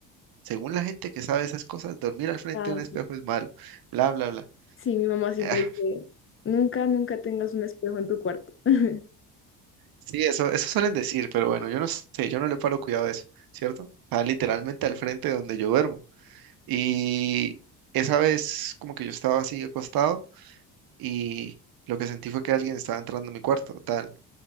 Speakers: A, on the right; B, on the left.
A: Según la gente que sabe esas cosas, dormir al frente
B: Ah,
A: de un
B: sí.
A: espejo es malo, bla, bla, bla.
B: Sí, mi mamá siempre
A: Ah,
B: dice, nunca, nunca tengas un espejo en tu cuarto. <laughs>
A: sí, eso, eso suelen decir, pero bueno, yo no sé, yo no le paro cuidado a eso, ¿cierto? Está literalmente al frente de donde yo duermo. Y esa vez como que yo estaba así acostado y lo que sentí fue que alguien estaba entrando a mi cuarto, tal.